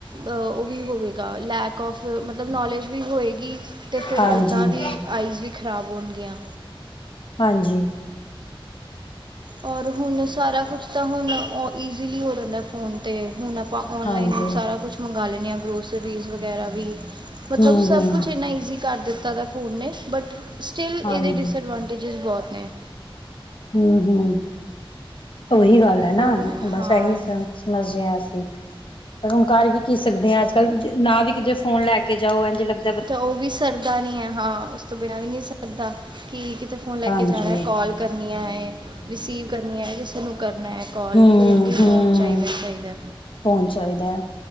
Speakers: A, on the right; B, on the left.
A: ਆ ਓ ਵੀ ਹੋਵੇਗਾ ਲੈਕ ਔਫ ਮਤਲਬ ਨੌਲੇਜ ਵੀ ਹੋਏਗੀ ਅਤੇ ਫੇਰ
B: ਹਾਂਜੀ,
A: ਓ- ਤਾਂ ਵੀ ਆਈਸ ਵੀ ਖਰਾਬ ਹੋਣਗੀਆਂ।
B: ਹਾਂਜੀ
A: ਔਰ ਹੁਣ ਸਾਰਾ ਕੁਛ ਤਾਂ ਹੁਣ ਓ ਈਜ਼ੀਲੀ ਹੋ ਜਾਂਦਾ ਫੋਨ ਤੇ। ਹੁਣ ਆਪ ਆਪਾਂ ਔਨਲਾਈਨ
B: ਹਾਂਜੀ,
A: ਸਾਰਾ ਕੁਛ ਮੰਗਾ ਲੈਂਣੇ ਆਂ, ਗਰੋਸਰੀਜ਼ ਵਗੈਰਾ ਵੀ। ਮਤਬ
B: ਹੂੰ-ਹੂੰ,
A: ਸਭ ਕੁਛ ਏਨਾ ਈਜੀ ਕਰ ਦਿੱਤਾ ਦਾ ਫੋਨ ਨੇ, ਬਟ ਸਟਿਲ
B: ਹਾਂਜੀ,
A: ਏਦੇ ਡਿਸ‌ਅਡਵਾਨ- ਟੀਜਿਸ ਬੋਤ ਨੇ।
B: ਹੁੰਹੂ। ਓਹੀ ਗੱਲ ਐ ਨਾ
A: ਔਰ
B: ਬਸ
A: ਹਾਂ
B: ਐਹੀ ਸਮ ਸਮਝਦੇ ਆਂ ਅਸੀਂ। ਪਰ ਹੁਣ ਕਰ ਵੀ ਕੀ ਸਕਦੇ ਆਂ। ਅੱਜ ਕੱਲ ਨਾ ਵੀ ਕਿਤੇ ਫੋਨ ਲੈ ਕੇ ਜਾਓ, ਏਂਝ ਲਗਦਾ-
A: ਤੇ ਓ ਵੀ ਸਰਦਾ ਨੀ ਐ ਹਾਂ, ਉਸ ਤੋਂ ਬਿਨਾਂ ਵੀ ਨੀ ਸਰਦਾ। ਕੀ ਕਿਤੇ ਫੋਨ ਲੈ
B: ਹਾਂਜੀ,
A: ਕੇ ਜਾਣਾ ਐ ਕੋਲ ਕਰਨੀਆ ਐ, ਰਿਸੀਵ ਕਰਨੀਆ, ਕਿਸੇ ਨੂੰ ਕਰਨਾ ਐ। ਕੋਲ
B: ਹੂੰ-ਹੂੰ,
A: ਫੇਰ ਵੀ ਫੋਨ ਚਾਈਦਾ ਈ ਚਾਈਦਾ।
B: ਫੋਨ ਚਾਹੀਦਾ ਹੈ।